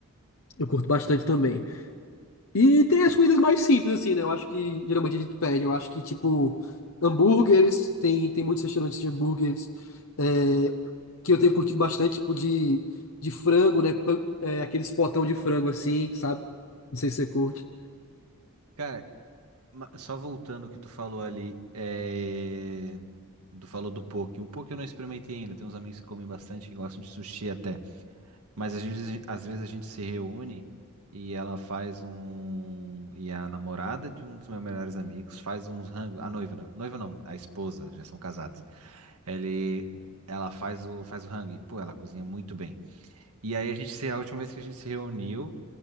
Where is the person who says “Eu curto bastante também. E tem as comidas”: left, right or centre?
Left